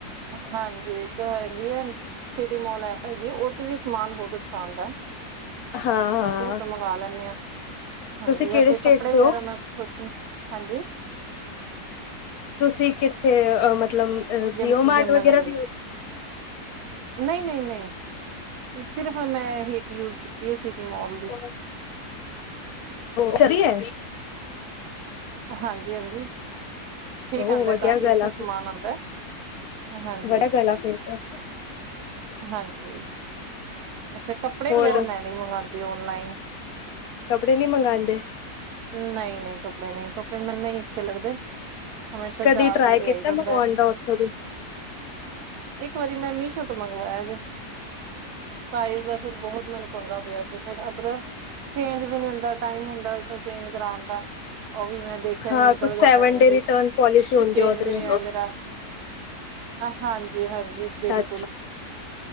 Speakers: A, on the right; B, on the left.
A: ਹਾਂਜੀ ਇੱਕ ਹੈਗੀ ਹੈ। ਸਿਟੀ ਮੋਲ ਐਪ ਹੈਗੀ ਉਥੇ ਵੀ ਸਮਾਨ ਬਹੁਤ ਅੱਛਾ ਆਉਂਦਾ ਹੈ।
B: ਹਾਂ-ਹਾਂ
A: ਅਸੀਂ ਉਹ ਤੋਂ ਮੰਗਵਾ ਲੈਂਦੇ ਹਾਂ ਹਾਂਜੀ
B: ਤੁਸੀਂ ਕਿਹੜੇ
A: ਵੈਸੇ
B: ਸਟੇਟ
A: ਕੱਪੜੇ
B: ਦੇ
A: ਵਗੈਰਾ
B: ਹੋ?
A: ਮੈਂ ਕੁਛ ਹਾਂਜੀ,
B: ਤੁਸੀਂ ਕਿੱਥੇ ਮਤਲਬ ਜੀਓ
A: ਯਮ
B: ਮਾਰਟ
A: ਯਮੁਨਾ
B: ਵਗੈਰਾ
A: ਨਗਰ
B: ਵੀ,
A: ਵਿੱਚ ਨਹੀਂ ਨਹੀਂ ਨਹੀਂ ਸਿਰਫ਼ ਮੈਂ ਹੀ ਇੱਕ ਯੂਜ ਕੀਤੀ ਹੈ ਸਿਟੀਮੋਲ ਦੀ,
B: <unintelligible> ਚਲੀਏ
A: ਹਾਂਜੀ- ਹਾਂਜੀ! ਠੀਕ
B: ਉਹ
A: ਆਉਂਦਾ
B: ਵਧੀਆ
A: ਕਾਫੀ
B: ਗੱਲ
A: ਅੱਛਾ
B: ਆ
A: ਸਮਾਨ
B: ਫਿਰ
A: ਆਉਂਦਾ। ਹਾਂਜੀ
B: ਬੜਾ ਗਲਾ ਫੇਰ ਦਾ
A: ਹਾਂਜੀ ਅੱਛਾ ਕੱਪੜੇ
B: ਹੋਰ
A: ਵਗੈਰਾ ਮੈਂ ਨਹੀਂ ਮੰਗਵਾਉਂਦੀ ਔਨਲਾਈਨ
B: ਕੱਪੜੇ ਨੀ ਮੰਗਾਉਂਦੇ
A: ਨਹੀਂ ਨਹੀਂ ਕੱਪੜੇ ਕੱਪੜੇ ਮੈਨੂੰ ਨਹੀ ਅੱਛੇ ਲੱਗਦੇ ਹਮੇਸ਼ਾ
B: ਕਦੀ
A: ਜਾ
B: ਟਰਾਈ
A: ਕੇ ਲਿਆਈ
B: ਕੀਤਾ
A: ਦਾ
B: ਮੰਗਵਾਉਣ
A: ਹੁੰਦਾ ਹੈ।
B: ਦਾ ਉੱਥੋਂ ਦੀ
A: ਇੱਕ ਵਾਰੀ ਮੈਂ ਮੀਸ਼ੋ ਤੋਂ ਮੰਗਵਾਇਆ ਜੇ ਸਾਈਜ਼ ਦਾ ਬਹੁਤ ਮੈਨੂੰ ਪੰਗਾ ਪਿਆ ਸੀ ਫੇਰ ਆਪ ਚੇਂਜ ਵੀ ਨਹੀ ਹੁੰਦਾ ਟਾਈਮ ਹੁੰਦਾ ਚੇਂਜ ਕਰਾਉਣ ਦਾ ਉਹ ਵੀ ਮੈਂ ਦੇਖਿਆ
B: ਹਾਂ
A: ਨੀ ਨਿਕਲ
B: ਕੁਛ
A: ਗਿਆ
B: ਸੈਵਨ
A: ਟਾਈਮ
B: ਡੇ
A: ਜੀ
B: ਰਿਟਰਨ
A: ਫੇਰ
B: ਪੋਲਿਸੀ ਹੁੰਦੀ
A: ਚੇਂਜ
B: ਉਹਦੇ
A: ਵੀ ਨੀ ਆਇਆ ਮੇਰਾ ਹਾਂਜੀ-ਹਾਂਜੀ
B: ਅੱਛਾ-ਅੱਛਾ
A: ਬਿਲਕੁਲ